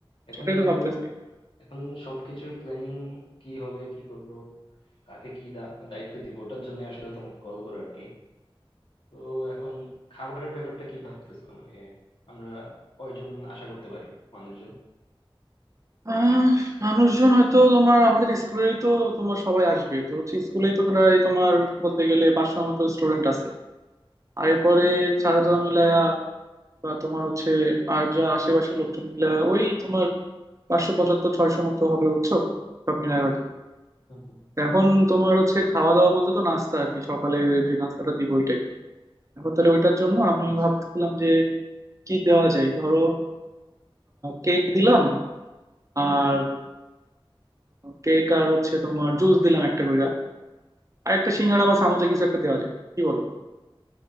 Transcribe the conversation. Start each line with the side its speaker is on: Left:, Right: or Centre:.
Left: এখন
Right: সেটাই
Left: কিন্তু
Right: তো ভাবতেছি
Left: এখন সবকিছুর প্ল্যানিং কি হবে কি করব কাকে কি দা- দায়িত্ব দিব ওটার জন্য আসলে তোমাকে কল করা আর কি তো এখন খাবারের ব্যাপারটা কি ভাবতেছো মানে আমরা কয়জন আশা করতে পারি মানুষজন
Right: আহ মানুষজন হয়তো তোমার আমাদের স্কুলেরই তো তোমার সবাই আসবে তো হচ্ছে স্কুলেই তো প্রায় তোমার বলতে গেলে পাঁচশোর মতো স্টুডেন্ট আছে আর এরপরে ছাত্ররা
Left: হুম হুম
Right: মিলায়া বা তোমার হচ্ছে আর যা আশেপাশের লোকজন মিলায়া ওই তোমার পাঁচশো পঁচাত্তর ছয়শো মতো হবে বুঝছো সব মিলায় হয়তো
Left: হুম হুম।
Right: এখন তোমার হচ্ছে খাওয়া দাওয়া বলতে তো নাস্তা আর কি সকালে যে নাস্তাটা দিব ওইটাই এখন তাহলে ওইটার জন্য আমি
Left: আচ্ছা
Right: ভাবতেছিলাম যে কি দেওয়া যায় ধরো কেক দিলাম আর কেক আর হচ্ছে তোমার জুস দিলাম একটা করে আর একটা সিঙ্গাড়া বা সামোসা কিছু একটা দেওয়া যায় কি বলো